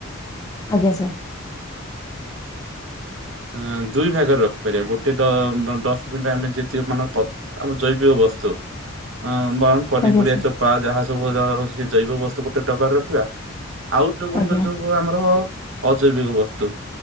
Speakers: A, on the left; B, on the right.
A: ଆଜ୍ଞା ସାର୍।
B: ଅ ଦୁଇ ଭାଗରେ ରଖିପାରିବା। ଗୋଟେ ଡ ଡଷ୍ଟବିନ ରେ ଆମେ ଯେତିକି ମାନ ପ୍ର ଆମ ଜୈବିକ ବସ୍ତୁ ଆ ବାଁ ପନିପରିବା
A: ଆଜ୍ଞା ସାର୍
B: ଚୋପା ଯାହା ସବୁ ସେ ଜୈବ ବସ୍ତୁ ଗୋଟେ ଡବାରେ ରଖିବା ଆଉ ଯୋଉ ଗୁଡିକ
A: ଆଜ୍ଞା
B: ଯୋଉ ଆମର ଅଜୈବିକ ବସ୍ତୁ